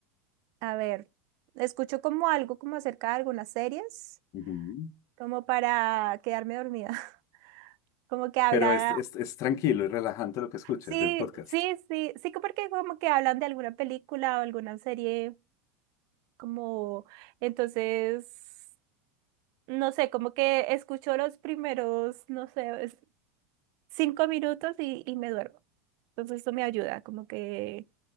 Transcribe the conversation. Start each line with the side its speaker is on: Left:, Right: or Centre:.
Right: a ver, escucho como algo como acerca de algunas series,
Left: Ujú.
Right: como para quedarme dormida. <laughs> Como que hablan
Left: Pero es, es, es tranquilo, es relajante lo que escuches,
Right: Sí,
Left: el podcast.
Right: sí, sí, sí, que porque como que hablan de alguna película o alguna serie, como entonces, no sé, como que escucho los primeros, no sé, es- cinco minutos y, y me duermo. Entonces eso me ayuda, como que